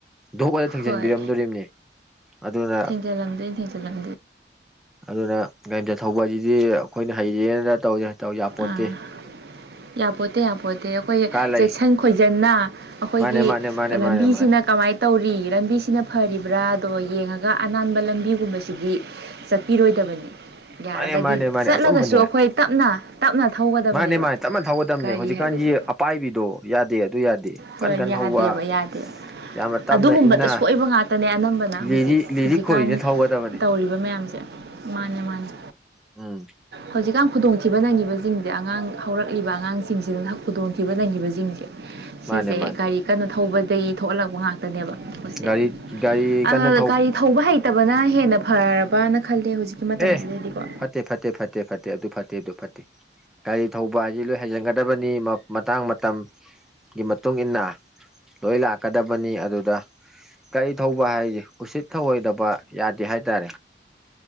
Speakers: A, in the centre; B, on the right (about 65°).
A: ꯗꯨꯛ ꯍꯦꯛ ꯊꯦꯡꯖꯤꯟ
B: ꯍꯣꯏ
A: ꯕꯤꯔꯝꯗꯣꯔꯤꯝꯅꯤ ꯑꯗꯨꯅ
B: ꯊꯦꯡꯖꯜꯂꯝꯗꯣꯏꯅꯦ ꯊꯦꯡꯖꯜꯂꯝ
A: ꯑꯗꯨꯅ ꯒꯥꯔꯤꯝꯆꯥ ꯊꯧꯕ ꯍꯥꯏꯁꯤꯗꯤ ꯑꯈꯣꯏꯅ ꯍꯩꯔꯦꯅ ꯇꯧ ꯌꯥ ꯇꯧ ꯌꯥꯄꯣꯠꯇꯦ
B: ꯑꯥ ꯌꯥꯄꯣꯠꯇꯦ ꯌꯥꯄꯣꯠꯇꯦ ꯑꯈꯣꯏ
A: ꯂꯩ
B: ꯆꯦꯛꯁꯟ ꯈꯣꯏꯖꯟꯅ ꯑꯈꯣꯏꯒꯤ
A: ꯃꯥꯅꯦ ꯃꯥꯅꯦ ꯃꯥꯅꯦ ꯃꯥꯅꯦ
B: ꯂꯝꯕꯤꯁꯤꯅ
A: ꯃꯥꯅꯦ
B: ꯀꯃꯥꯏꯅ ꯇꯧꯔꯤ ꯂꯝꯕꯤꯁꯤꯅ ꯐꯔꯤꯕ꯭ꯔꯥ ꯑꯗꯣ ꯌꯦꯡꯉꯒ ꯑꯅꯥꯟꯕ ꯂꯝꯕꯤꯒꯨꯝꯕꯁꯤꯗꯤ ꯆꯠꯄꯤꯔꯣꯏꯗꯕꯅꯤ ꯌꯥꯔꯒꯗꯤ
A: ꯃꯥꯅꯦ ꯃꯥꯅꯦ ꯃꯥꯅꯦ
B: ꯆꯠꯂꯒꯁꯨ
A: ꯑꯆꯨꯝꯕꯅꯦ
B: ꯑꯈꯣꯏ ꯇꯞꯅ ꯇꯞꯅ ꯊꯧꯒꯗꯕꯅꯦꯕ
A: ꯃꯥꯅꯦ ꯃꯥꯅꯦ ꯇꯞꯅ ꯊꯧꯒꯗꯕꯅꯦ
B: ꯒꯥꯔꯤ
A: ꯍꯧꯖꯤꯛꯀꯥꯟꯒꯤ
B: ꯍꯥꯏꯕꯖꯦ
A: ꯑꯄꯥꯏꯕꯤꯗꯣ ꯌꯥꯗꯦ ꯑꯗꯨ ꯌꯥꯗꯦ
B: ꯍꯣꯏ
A: ꯀꯟ ꯀꯟ
B: ꯌꯥꯗꯦꯕ
A: ꯊꯧꯕ
B: ꯌꯥꯗꯦ
A: ꯌꯥꯝꯅ ꯇꯞꯅ
B: ꯑꯗꯨꯒꯨꯝꯕꯗ
A: ꯏꯟꯅ
B: ꯁꯣꯏꯕ ꯉꯥꯛꯇꯅꯦ ꯑꯅꯝꯕꯅ ꯅ
A: ꯂꯤꯔꯤ
B: ꯍꯧꯖꯤꯛꯁ
A: ꯂꯤꯔꯤ
B: ꯍꯧꯖꯤꯀꯥꯟ
A: ꯈꯣꯏꯔꯤꯅ ꯊꯧꯒꯗꯕꯅꯦ
B: ꯇꯧꯔꯤꯕ ꯃꯌꯥꯝꯖꯦ ꯃꯥꯅꯦ ꯃꯥꯅꯦ
A: ꯎꯝ
B: ꯍꯧꯖꯤꯛꯀꯥꯟ ꯈꯨꯗꯣꯡꯊꯤꯕ ꯅꯪꯉꯤꯕꯖꯤꯡꯖꯦ ꯑꯉꯥꯡ ꯍꯧꯔꯛꯂꯤꯕ ꯑꯉꯥꯡꯁꯤꯡꯁꯤꯗꯅ ꯈꯨꯗꯣꯡꯊꯤꯕ ꯅꯪꯉꯤꯕꯖꯤꯡꯖꯦ ꯁꯤꯖꯦ
A: ꯃꯥꯅꯦ ꯃꯥꯅꯦ
B: ꯒꯥꯔꯤ ꯀꯟꯅ ꯊꯧꯕꯗꯒꯤ ꯊꯣꯛꯍꯜꯂꯛꯄ ꯉꯥꯛ ꯇꯅꯦꯕ ꯃꯁꯦ
A: ꯒꯥꯔꯤ ꯒꯥꯔꯤ
B: ꯑꯗꯅ
A: ꯀꯟꯅ
B: ꯒꯥꯔꯤ ꯊꯧꯕ ꯍꯩ ꯇꯕꯅ ꯍꯦꯟꯅ ꯐꯔꯕꯅ ꯈꯜꯂꯦ ꯍꯧꯖꯤꯛꯀꯤ ꯃꯇꯝꯁꯤꯗꯗꯤꯀꯣ
A: ꯑꯦ ꯐꯠꯇꯦ ꯐꯠꯇꯦ ꯐꯠꯇꯦ ꯑꯗꯨ ꯐꯠꯇꯦ ꯑꯗꯨ ꯐꯠꯇꯦ ꯒꯥꯔꯤ ꯊꯧꯕ ꯍꯥꯏꯁꯤ ꯂꯣꯏ ꯍꯩꯖꯟꯒꯗꯕ ꯅꯤ ꯃꯇꯥꯡ ꯃꯇꯝ ꯒꯤ ꯃꯇꯨꯡ ꯏꯟꯅ ꯂꯣꯏ ꯂꯥꯛꯀꯗꯕꯅꯤ ꯑꯗꯨꯗ ꯀꯥꯔꯤ ꯊꯧꯕ ꯍꯥꯏꯖꯦ ꯎꯁꯤꯠ ꯊꯧꯑꯣꯏꯗꯕ ꯌꯥꯗꯦ ꯍꯥꯏꯇꯥꯔꯦ